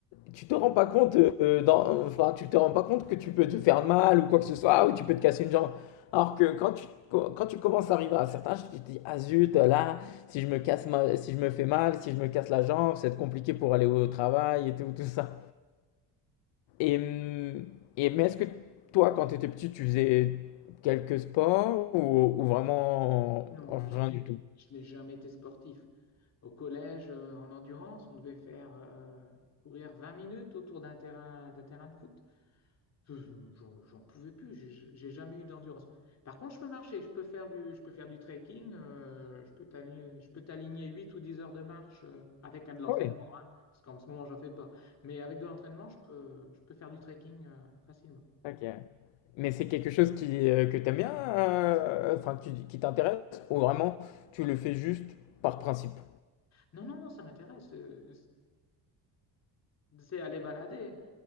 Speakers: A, on the left; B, on the left.
A: Tu te rends pas compte, euh, dans- enfin, tu te rends pas compte que tu peux te faire mal ou quoi que ce soit, ou tu peux te casser une jambe. Alors que quand tu, quand tu commences à arriver à un certain âge, tu te dis, ah zut, là, si je me casse ma- si je me fais mal, si je me casse la jambe, ça va être compliqué pour aller au travail et tout, tout ça. Et, hum, et mais est-ce que toi, quand tu étais petit, tu faisais quelques sports ou, ou vraiment
B: Non, je
A: rien
B: n'ai,
A: du tout?
B: je n'ai jamais été sportif. Au collège, euh, en endurance, on devait faire euh, courir 20 minutes autour d'un terrain, d'un terrain de foot. Je- J'en j'en pouvais plus, j'ai j'ai jamais eu d'endurance. Par contre, je peux marcher, je peux faire du, je peux faire du trekking, euh, je peux t'aligner, je peux t'aligner 8 ou 10 heures de marche euh, avec euh, de l'entraînement,
A: Ah ouais.
B: hein, parce qu'en ce moment, j'en fais pas. Mais avec de l'entraînement, je peux, je peux faire du trekking euh, facilement.
A: OK. Mais c'est quelque chose qui, heu, que tu aimes bien, heu, enfin que tu qui t'intéresse ou vraiment tu le fais juste par principe?
B: Non, non, non, ça m'intéresse. euh, C'est aller balader.